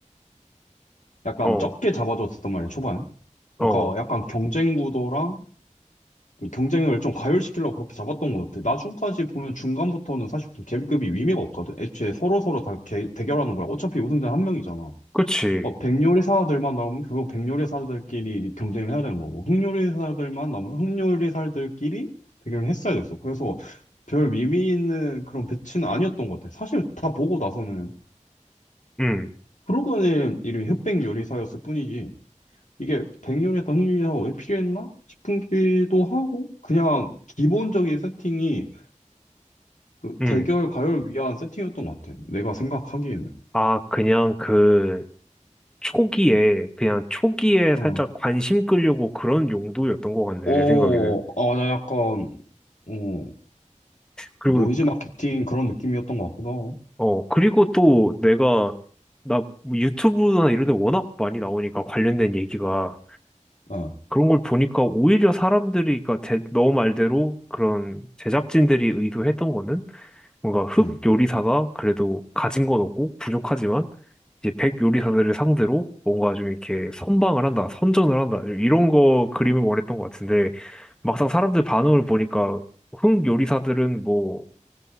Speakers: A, on the left; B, in the centre.
A: 약간
B: 어,
A: 적게 잡아줬었단 말이야, 초반에.
B: 어,
A: 그러니까 약간 경쟁 구도랑 그 경쟁을 좀 가열시키려고 그렇게 잡았던 것 같아. 나중까지 보면 중간부터는 사실 계급이 의미가 없거든. 애초에 서로서로 다 개- 대결하는 거야. 어차피 우승자는 한 명이잖아.
B: 그치.
A: 뭐 백요리사들만 나오면 결국 백요리사들끼리 경쟁을 해야 되는 거고 흑요리사들만 나오면 흑요리사들끼리 대결을 했어야 됐어. 그래서 별 의미 있는 그런 배치는 아니었던 것 같아. 사실 다 보고 나서는
B: 음,
A: 프로그램 이름이 흑백요리사였을 뿐이지. 이게 백0 0열에다 흥미가 왜 필요했나 싶기도 하고 그냥 기본적인 세팅이 그
B: 음.
A: 대결 과열 위한 세팅이었던 것 같아. 내가 생각하기에는.
B: 아, 그냥 그 초기에 그냥 초기에
A: 어.
B: 살짝 관심 끌려고 그런 용도였던 것 같네
A: 어,
B: 내 생각에는
A: 아, 나 약간 어,
B: 그리고
A: 노이즈 마케팅 그런 느낌이었던 것 같기도 하고.
B: 어 그리고 또 내가 나뭐 유튜브나 이런 데 워낙 많이 나오니까 관련된 얘기가
A: 어,
B: 그런 걸 보니까 오히려 사람들이 그러니까 제, 너 말대로 그런 제작진들이 의도했던 거는 뭔가 흑
A: 음.
B: 요리사가 그래도 가진 건 없고 부족하지만 이제 백 요리사들을 상대로 뭔가 좀 이렇게 선방을 한다, 선전을 한다, 이런 거 그림을 원했던 것 같은데, 막상 사람들 반응을 보니까 흥 요리사들은 뭐